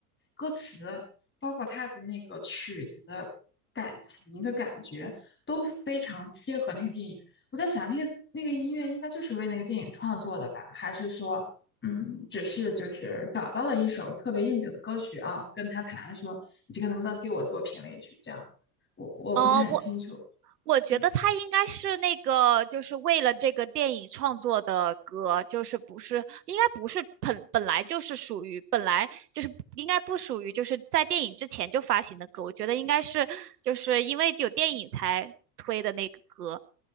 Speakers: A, on the left (about 25°); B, on the right (about 75°).
A: 歌词，包括他的那个曲子的感情的感觉，都非常贴合那个电影。我在想，那个那个音乐应该就是为那个电影创作的吧？还是说，嗯，只是就是找到了一首特别应景的歌曲啊，跟他谈说，你这个能不能给我做评委曲这样子？我我不是很清楚。
B: 哦，我我觉得他应该是那个，
A: 嗯。
B: 就是为了这个电影创作的歌，就是不是应该不是本本来就是属于本来就是应该不属于就是在电影之前就发行的歌，我觉得应该是就是因为有电影才推的那个歌。